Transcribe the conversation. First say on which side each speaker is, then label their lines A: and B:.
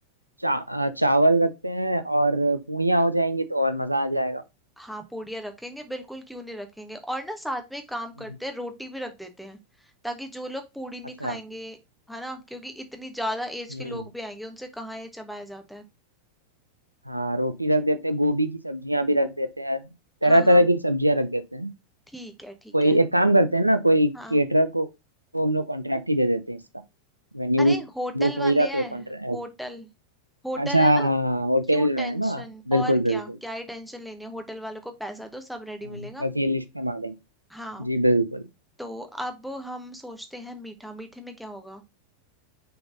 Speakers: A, on the right (about 80°); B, in the centre.
A: चा, अ, चावल रखते हैं और पूड़ियाँ हो जाएंगी तो और मज़ा आ जाएगा
B: हाँ पूड़ियाँ रखेंगे बिल्कुल क्यों नहीं रखेंगे और ना साथ में एक काम
A: हम्म,
B: करते हैं रोटी भी रख देते हैं ताकि जो लोग पूड़ी नहीं
A: अच्छा
B: खाएंगे है ना क्योंकि इतनी ज्यादा एज
A: हम्म
B: के लोग भी आएंगे उनसे कहाँ ये चबाया जाता है
A: हाँ रोटी रख देते हैं गोभी की सब्जियां भी रख देते हैं तरह
B: हाँ हाँ
A: तरह की सब्जियां रख देते हैं
B: ठीक है ठीक
A: कोई
B: है
A: एक काम करते हैं ना कोई केटरर
B: हाँ
A: को, को हम लोग कॉन्ट्रैक्ट ही दे देते हैं इसका वेन्यू
B: अरे
A: भी
B: होटल
A: बुक हो
B: वाले
A: ही रहा तो
B: हैं
A: एक कॉन्ट्रैक्ट
B: होटल होटल
A: अच्छा
B: है ना
A: हाँ होटल
B: क्यों
A: में
B: टेंशन
A: है ना बिल्कुल
B: और
A: बिल्कुल
B: क्या क्या ही टेंशन लेनी है होटल वालों को पैसा दो सब रेडी
A: हाँ,
B: मिलेगा
A: बस ये लिस्ट हम आ देंगे
B: हाँ
A: जी बिल्कुल
B: तो अब हम सोचते हैं मीठा मीठे में क्या होगा